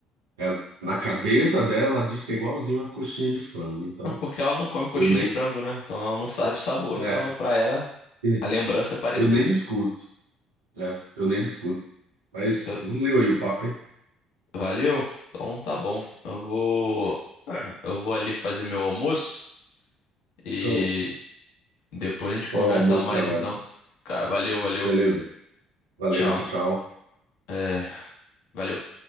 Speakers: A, on the right (about 75°); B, on the left (about 55°).
A: ela- na cabeça dela ela diz que é igualzinho uma coxinha de frango. Então
B: Ah, Porque ela não come coxinha
A: eu nem
B: de frango, né? Então ela não <laughs> sabe o sabor, então
A: é,
B: ela para ela
A: <laughs>
B: a lembrança é parecida.
A: eu nem discuto, é, eu nem discuto. Mas
B: Eu-
A: valeu aí o papo, hein?
B: valeu? Então tá bom. Eu vou eu vou ali fazer meu almoço e
A: Show.
B: depois a gente conversa
A: Bom almoço
B: mais
A: para nós.
B: então. Ca- Valeu, valeu.
A: Beleza. Valeu,
B: Tchau.
A: tchau, tchau.
B: É, valeu.